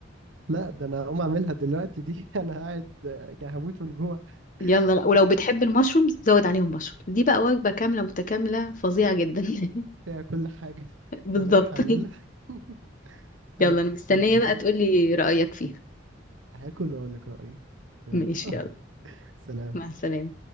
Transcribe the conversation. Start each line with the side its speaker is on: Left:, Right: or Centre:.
Right: لا ده انا هقوم اعملها دلوقتي دي <laughs> انا قاعد جا- هموت من الجوع <laughs>
Left: يلا لا ولو
Right: بس
Left: بتحب المشروم زود عليهم مشروم دي بقى وجبة كاملة متكاملة فظيعة جدا <laughs>
Right: فيها كل حاجه
Left: بالظبط
Right: انا رايح اعملها
Left: <laughs>
Right: <laughs>
Left: يلا
Right: عايزه
Left: انا مستنية
Right: عايزه حاجه
Left: بقى تقولي رأيك فيها
Right: هاكل واقول لك رايي يلا
Left: ماشي
Right: <laughs>
Left: يلا
Right: سلام
Left: مع السلامة